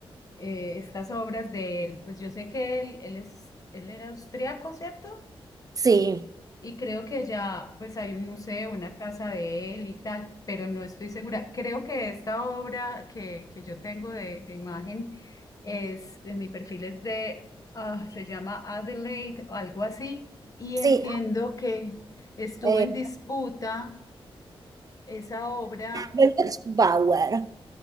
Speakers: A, on the left; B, on the right.
A: eh, estas obras de él, pues yo sé que él, él es, él era austriaco, ¿cierto?
B: Sí,
A: Y creo que ya pues hay un museo, una casa de él y tal, pero no estoy segura. Creo que esta obra que, que yo tengo de, de imagen es, en mi perfil es de, ah, se llama Adelaide, o algo así, y
B: sí.
A: entiendo que estuvo
B: Eh,
A: en disputa esa obra.
B: Bloch-Bauer.